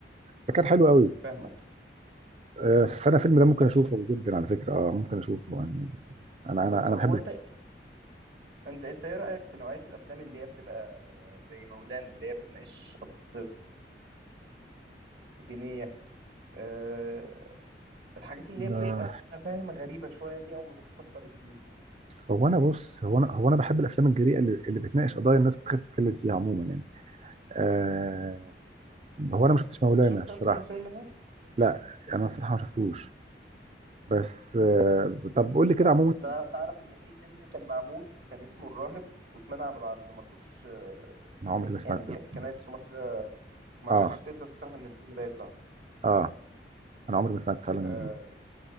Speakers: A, on the right; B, on the right.
A: فكان حلو قوي
B: فاهمك
A: آه، فانا الفيلم ده ممكن
B: طب
A: اشوفه جدا على فكره اه ممكن اشوفه يعني انا انا انا
B: طب
A: بحب
B: هو انت انت انت ايه رايك في نوعيه الافلام اللي هي بتبقى زي مولانا اللي هي بتناقش قضيه دينيه أه الحاجات اللي هي بتبقى
A: آه،
B: فاهم غريبه شويه دي او متخصصه بالدين
A: هو انا بص هو انا هو انا بحب الافلام الجريئه اللي, اللي بتناقش قضايا الناس بتخاف تتكلم فيها عموما يعني آه هو انا ما شفتش مولانا
B: انت شفت
A: الصراحه
B: اصلا الفيلم ده
A: لا انا الصراحه ما شفتوش بس آه طب قول لي كده
B: آه،
A: عموما
B: تع- تعرف ان في فيلم كان معمول كان اسمه الراهب واتمنع من العرض ما رضوش
A: انا عمري
B: آه،
A: ما سمعت
B: يعني ك-
A: الفيلم.
B: كنايس في مصر آه، ما
A: اه
B: رضتش تبدا تصرح ان الفيلم ده يطلع
A: اه انا عمري ما سمعت فعلا
B: آه،